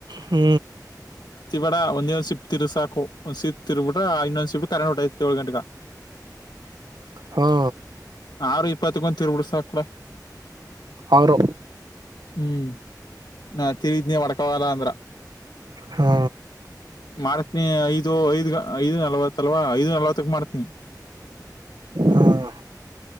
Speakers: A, on the right (about 75°); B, on the left (about 75°).
A: ಹ ಹ್ಮ
B: ಒಂದ ಒಂದ್ ಶ ಸಿಫ್ಟ ತಿರು ಸಾಕು ಒಂದ್ ಸಿಿಪ್ ತಿರ್ಬ ಬಿಟ್ರ ಇನ್ನೊಂದ್ ಶಿಫ್ಟ ಕರೆಟ್ ಹೊಟೈತಿ ಏಳ್ ಗಂಟಗ
A: ಹಾ
B: ಯಾರು ಇಪ್ಪತ್ತಗೊಂತ ತಿರ್ಬಿಡ್ ಸಾಕ್ಳ
A: ಅವರು
B: ಹ್ಮ್ ನ ತಿಳಿದನಿ ವಡ್ಕಾಗಲ್ಲ ಅಂದ್ರ
A: ಹಾ
B: ಮಾಡ್ತನಿ ಐದು ಐದ್ ಐದು ನಲ್ವತ್ ಅಲ್ವಾ ಐದು ನಲ್ವತ್ತಕ್ ಮಾಡ್ತನಿ
A: ಹ್ಮ್